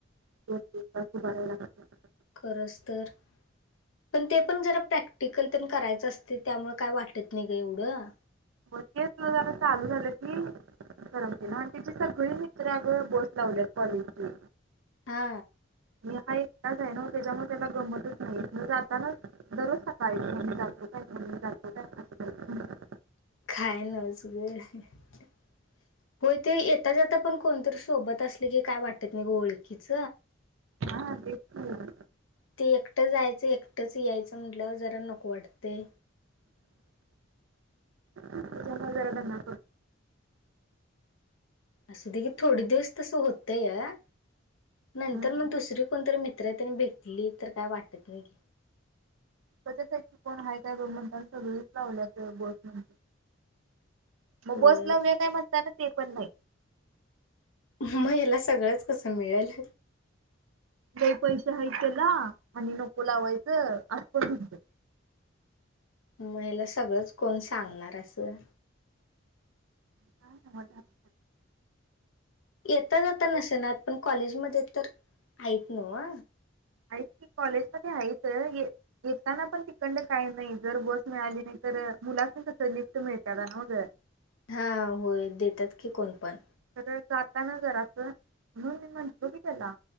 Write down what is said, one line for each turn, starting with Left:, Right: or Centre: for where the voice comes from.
Right: <inaudible>
Left: खरंच तर. पण ते पण जरा प्रॅक्टिकल पण करायचं असते. त्यामुळे काही वाटत नाही ग एवढं.
Right: <inaudible> चालू झालं की? दि ना आणि त्याची सगळे मित्रग फोन लावल्यात कॉलेजनी.
Left: हा.
Right: मी हा एक तास आहे ना त्याच्यामुळे त्याला गमतच नाहीये म्हण आता ना दररोज <unintelligible> का जातो काय? मम्मी जातो काय? करतो
Left: <inaudible> हो ते येता जताा पण कोणतरी सोबत असले की काय वाटत नाही ग ओळखीच.
Right: हा तेेच की.
Left: ते एकटं जायचं एकटंच यायचं म्हटलं जरा नको वाटते.
Right: त्याच्यामुळे जरा दंगा
Left: असं दे की थोडे दिवस तसं होतंय या
Right: करतो
Left: नंतर मग दुसरी कोणतरी मित्र आहे. त्यांनी भेटली तर काय वाटत नाही.
Right: <inaudible> काय- काय गमणता सगळीच लावल्या बस म्हण. मग
Left: होय
Right: बस लाव्या काय म्हणताना ते पण नाही.
Left: मग हिला सगळंच कस मिळेल.
Right: लई पैसे आहेत त्याला आणि नको लावायचं आपणत.
Left: मग हला सगळंच कोण सांगणार असं.
Right: <inaudible>
Left: येता जता नसेनात पण कॉलेजमध्ये तर आहेत न.
Right: आहेच कॉलेजमध्ये आहेच येताना पण तिकंड काय नई जर बस मिळाली नई तर मुलांसनी कसं लिफ्ट मिलत्यात आणं मग
Left: हा होय देत्यात की, कोण पण
Right: तर जाताना जरासं म्हणून मी म्हटलो की, त्याला